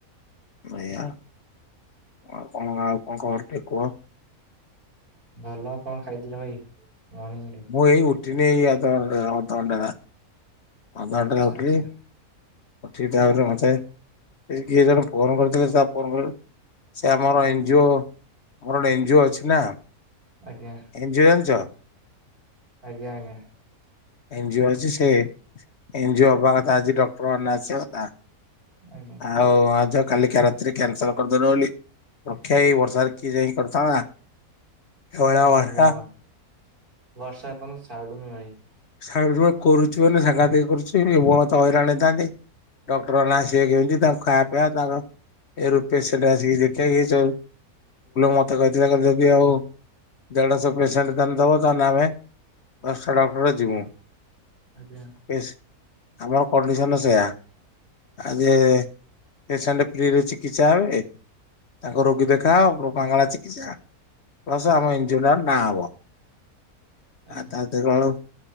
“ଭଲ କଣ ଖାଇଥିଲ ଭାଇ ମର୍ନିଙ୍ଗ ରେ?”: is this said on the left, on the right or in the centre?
Right